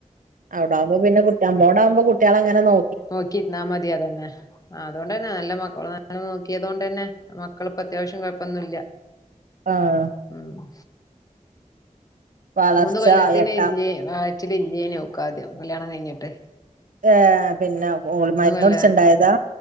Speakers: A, on the right (about 80°); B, on the left (about 25°).
A: അവ്ടാവുമ്പൊ പിന്നെ കുട്ടി അമ്മളോടാവുമ്പൊ കുട്ട്യാളങ്ങനെ ന്നോ
B: നോക്കി ഇര്ന്നാമതി അതെന്നെ ആഹ് അതോണ്ടെന്നെ നല്ല മക്കളു ആ ങ്ങനെ നോക്ക്യേതോണ്ടെന്നെ മക്കള്പ്പൊ അത്യാവശ്യം കൊഴ്പ്പൊന്നുല്ല്യ
A: ആഹ്
B: ഉം
A: വളർച്ച
B: മൂന്ന് കൊല്ലത്തിന്
A: എട്ടാം
B: ഇല്ലേയ് വയറ്റ്ല് ഇല്ല്യേയ്നി ഓക്കാദ്യം കല്ല്യാണം കഴ്ഞ്ഞ്ട്ട്
A: ഏഹ് പിന്നെ ഓള് മര്ന്നുട്ച്ച്
B: കൊല്ല
A: ഇണ്ടായതാ